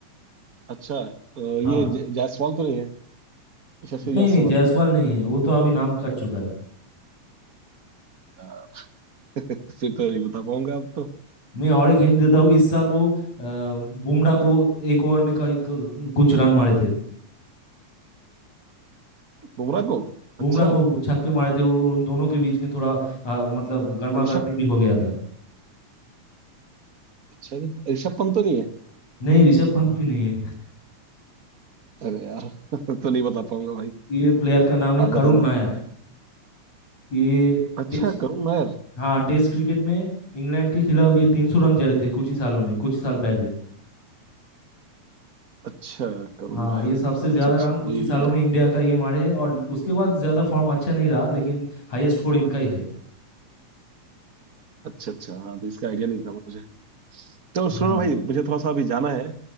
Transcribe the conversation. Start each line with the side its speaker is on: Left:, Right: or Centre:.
Right: अच्छा तो
Left: हाँ
Right: ये ज- जायसवाल तो नहीं है यशस्वी
Left: नहीं
Right: जायसवाल
Left: नहीं जायसवाल नहीं है वो तो अभी नाम कट चुका है
Right: या, फिर तो नहीं बता पाऊंगा अब तो
Left: मैं और एक हिंट देता हूँ इस साल वो अ, बुमराह को एक ओवर में कई- क- कुछ रन मारे थे
Right: बुमराह को
Left: बुमराह
Right: अच्छा
Left: को छक्के मारे थे और उन दोनों के बीच में थोड़ा अ, मतलब गर्मा
Right: ऋषभ
Left: गर्मी भी हो गया था
Right: अच्छा जी, ऋषभ पंत तो नहीं है
Left: नहीं ऋषभ पंत भी नहीं है
Right: अरे यार <laughs> तो नहीं बता पाऊंगा भाई
Left: <laughs> ये प्लेयर का नाम है
Right: आप
Left: करुण
Right: बता
Left: नायर
Right: दो
Left: ये
Right: अच्छा
Left: टेस्ट
Right: करुण नायर
Left: हाँ टेस्ट क्रिकेट में इंग्लैंड के खिलाफ ये तीन सौ रन जड़े थे कुछ ही सालों में कुछ ही साल पहले
Right: अच्छा करुण
Left: हाँ
Right: नायर
Left: ये सबसे
Right: अच्छा
Left: ज्यादा
Right: अच्छा
Left: रन कुछ
Right: नहीं
Left: ही सालों
Right: ये
Left: में इंडिया का ये मारे है और उसके बाद ज्यादा फॉर्म अच्छा नहीं रहा लेकिन हाईएस्ट स्कोर इनका ही है
Right: अच्छा अच्छा हाँ तो इसका आइडिया नहीं था मुझे तो
Left: हाँ
Right: सुनो भाई मुझे थोड़ा सा अभी जाना है